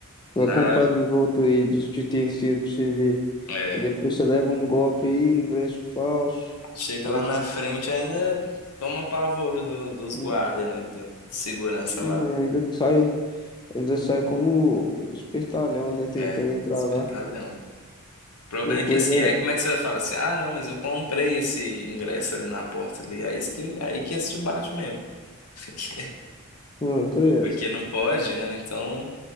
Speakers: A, on the left (about 85°); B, on the left (about 20°).
A: na,
B: Vai comprar dos outros aí, dos de terceiro pra você ver.
A: é,
B: Aí depois você leva um golpe aí, ingresso falso.
A: chega
B: Aí
A: lá na frente ainda toma pavoro do- dos
B: hum,
A: guardas, né? Da segurança
B: é,
A: lá.
B: ainda sai, ainda sai como espertalhão, né? Tentando
A: É,
B: entrar
A: espertalhão.
B: lá.
A: O problema
B: Depois
A: é que assim,
B: é.
A: aí como é que você vai falar assim, ah, não, mas eu comprei esse ingresso ali na porta ali, aí isso que, aí que esse te bate mesmo, <laughs> porque,
B: Ah, credo.
A: porque não pode, né? Então,